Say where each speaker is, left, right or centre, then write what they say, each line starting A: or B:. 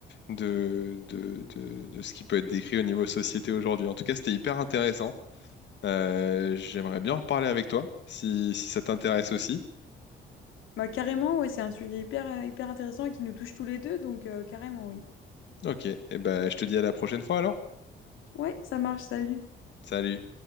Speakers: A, on the left; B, on the left.
A: de, de, de, de ce qui peut être décrit au niveau société aujourd'hui. En tout cas, c'était hyper intéressant. Euh, j'aimerais bien en reparler avec toi, si, si ça t'intéresse aussi.
B: Bah, carrément, ouais, c'est un sujet hyper, euh, hyper intéressant et qui nous touche tous les deux, donc euh, carrément, oui.
A: Ok, et ben je te dis à la prochaine fois alors.
B: Ouais, ça marche, salut.
A: Salut.